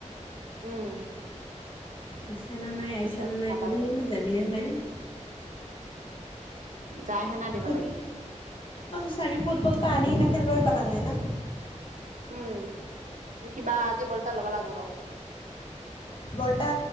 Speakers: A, on the right; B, on the left.
A: উম
B: আহিছানা নাই - আহিছানা
A: পিছত খাবা
B: নাই কৰিহি
A: তৰি
B: না
A: খাই
B: যাবিনে নাই।
A: যাই সেনা দিব
B: খুত
A: লাগে
B: অহ সঁচা আমি ফুটবল এটা আনি কেনে খেলুৱৈ পতা নাই না
A: উম কিবা আজি বলটা ল'ব লাগব ৰ
B: বলটা